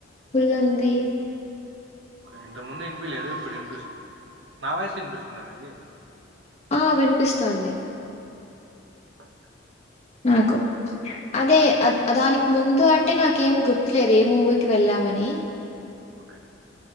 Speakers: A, on the left; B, on the right.
A: ఫుల్ ఉంది.
B: ఇంతకు ముందు ఇనిపిలేదు ఇప్పుడు ఇనిపిస్తుంది. నావాయిస్ ఇనిపిస్తుంద మీకీ
A: ఆ వినిపిస్తుంది
B: ఇ
A: నాకు అదే అ దానికి ముందు అంటే నాకేం గుర్తులేదు ఏ మూవీకి వెళ్ళామని
B: ఓకే